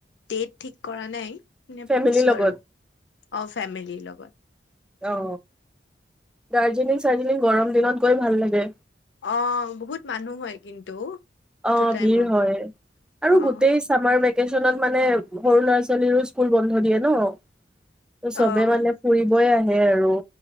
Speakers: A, on the left (about 85°); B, in the centre.
A: ডেট ঠিক কৰা নাই এনে
B: ফেমিলিৰ
A: ভাবিছো
B: লগত
A: আৰু অঁ ফেমিলিৰ লগত
B: অঁ দাৰ্জিলিং চাৰ্জিলিং গৰম দিনত গৈ ভাল লাগে
A: অঁ বহুত মানুহ হয় কিন্তু সেইটো
B: অঁ
A: টাইমত
B: ভিৰ হয় আৰু
A: অ',
B: গোটেই চামাৰ মানে সৰু ল'ৰা ছোৱালীৰো স্কুল বন্ধ দিয়ে ন
A: অ',
B: চবে মানে ফুৰিবই আহে সেয়ে আৰু